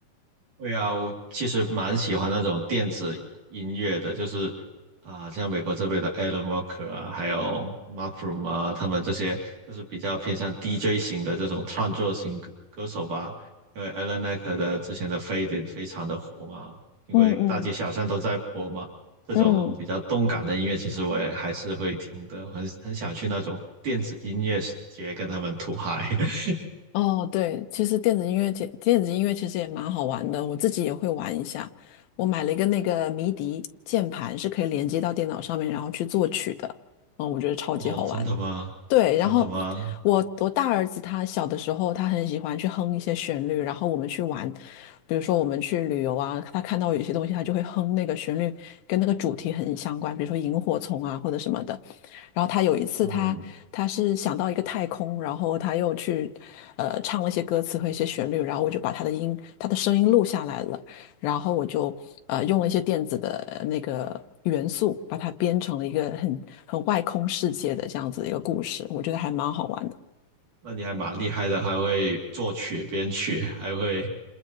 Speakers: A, on the right; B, on the left.
A: 对啊，我其实蛮喜欢那种电子音乐的，就是啊、像美国这边的 Alan Walker 啊，还有 m u s r o o m 啊，他们这些就是比较偏向 DJ 型的这种创作型歌歌手吧。因为 Alan Walker 的之前的《Faded》非常的火嘛，因为大街小巷都在播嘛。
B: 嗯嗯
A: 这种比较动感的音乐，
B: 嗯
A: 其实我也还是会听的，很很想去那种电子音乐节跟他们吐嗨。<laughs>
B: 哦，对，其实电子音乐节，电子音乐其实也蛮好玩的，我自己也会玩一下。我买了一个那个迷笛键盘，是可以连接到电脑上面，然后去作曲的。嗯，我觉得超级好玩。
A: 哦，真的吗？
B: 对，
A: 真的吗？
B: 然后我我大儿子他小的时候，他很喜欢去哼一些旋律，然后我们去玩，比如说我们去旅游啊，他看到有一些东西，他就会哼那个旋律，跟那个主题很相关，比如说萤火虫啊或者什么的。然后他有一次他他是想到一个太空，
A: 嗯。
B: 然后他又去呃唱了一些歌词和一些旋律，然后我就把他的音他的声音录下来了。然后我就呃用了一些电子的那个元素，把它编成了一个很很外空世界的这样子的一个故事，我觉得还蛮好玩的。
A: 那你还蛮厉害的，还会作曲、编曲，还会